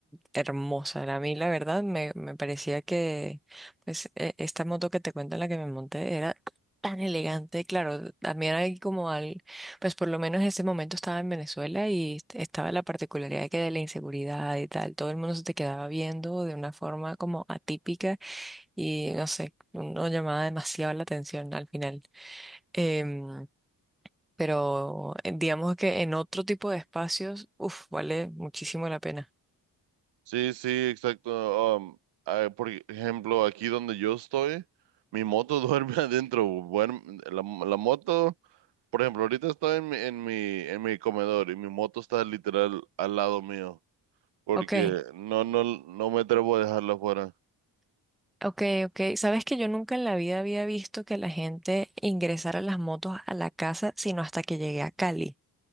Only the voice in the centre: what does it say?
hermosa. A mí, la verdad, me, me parecía que pues, e- esta moto que te cuento en la que me monté era tan elegante. Claro, también hay como al, pues por lo menos en ese momento estaba en Venezuela y est- estaba la particularidad que de la inseguridad y tal. Todo el mundo se te quedaba viendo de una forma como atípica y no sé, no llamaba demasiado la atención al final. Em, pero eh, digamos que en otro tipo de espacios, uff, vale muchísimo la pena.
Ok,
ok, ok. Sabes que yo nunca en la vida había visto que la gente ingresara las motos a la casa, sino hasta que llegué a Cali,